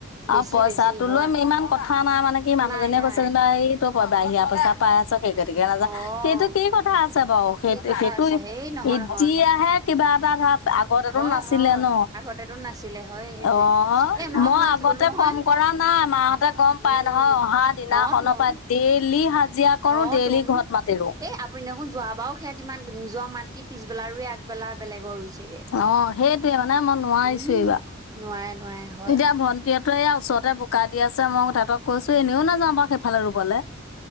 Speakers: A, on the right (about 15°); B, on the left (about 75°).
A: বেছি
B: আৰু পইচাটো
A: বেছি হয়।
B: লৈ ইমান কথা কথা নাই মানে কি মানুহজনীয়ে
A: নাই, নাই
B: কৈছে যেনিবা এইটো বাহিৰা পইচা পাই আছ সেই গতিকে নাযা
A: অ'
B: সেইটো কি কথা আছে বাৰু সেই
A: কি কথা
B: সেইটো
A: আছে হেই নহয়,
B: এতিয়াহে
A: নহয়
B: কিবা এটা ধৰা আ আগতেতো
A: হয়
B: নাছিলে
A: হয়
B: ন
A: আগতেতো নাছিলে হয় সেইটোৱে
B: অ',
A: এ নহয়
B: মই আগতে
A: সেই কলো নহয়
B: কম কৰা নাই মাহঁতে গম
A: উম
B: পাই নহয় অহা দিনাখনৰ
A: অ তোন
B: পৰা ডেইলি হাজিৰা কৰো
A: অ
B: ডেইলি
A: তোন
B: ঘৰত মাতিলো।
A: এই আপুনি দেখোন যোৱাবাও সেয়াত ইমান নিজৰ মাতি পিছবেলা ৰুৱে আগবেলা বেলেগৰ ৰুই ছেগে
B: অ সেইটোৱে মানে মই নোৱাৰিছো
A: উম
B: এইবাৰ
A: নোৱাৰে নোৱাৰে। হয়
B: এতিয়া ভণ্টিহঁতে এয়া ওচৰতে বোকা দি আছে মই তেহঁতক কৈছো এনেও নাযাওঁ বাও সেফালে ৰুবলে